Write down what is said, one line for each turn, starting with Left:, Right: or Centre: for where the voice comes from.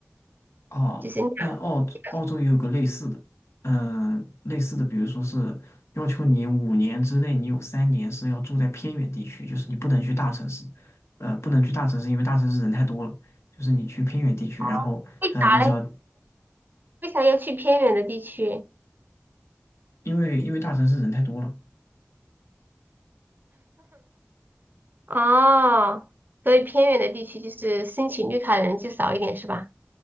Left: 哦，
Right: 就是你要你要
Left: 那澳洲澳洲也有个类似的，嗯、类似的，比如说是要求你五年之内，你有三年是要住在偏远地区，就是你不能去大城市，呃，不能去大城市，因为大城市人太多了。就是你去偏远地区，
Right: 哦为啥嘞？
Left: 然后呃，你只要
Right: 为啥要去偏远的地区？
Left: 因为因为大城市人太多了，
Right: <laughs> 哦，所以偏远的地区就是申请绿卡的人就少一点是吧？